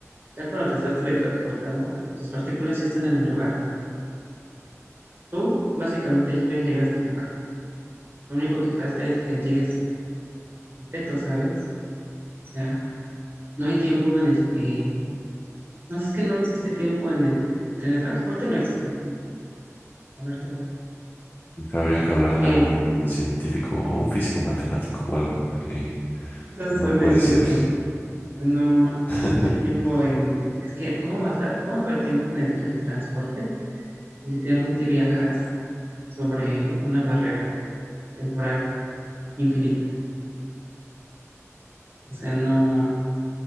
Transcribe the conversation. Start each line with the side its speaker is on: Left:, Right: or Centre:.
Right: ya cuando te estás teletransportando, tus partículas ya están en el lugar. Tú básicamente tú ya llegaste al lugar. Lo único que falta es que llegues completo, ¿sabes? O sea, no hay tiempo en el que... No es que no existe tiempo en el teletransporte, no existe tiempo, la verdad.
Left: Habría que hablarle
Right: Eh,
Left: a un científico, a un físico matemático o algo, porque
Right: es que todos
Left: no
Right: van
Left: puede
Right: a decir
Left: ser.
Right: eso. O sea, no,
Left: <laughs>
Right: no, no hay tiempo en... Es que, ¿cómo vas a... ¿Cómo va a haber tiempo en el teletransporte? Literalmente viajas sobre una barrera temporal infinita. O sea, no,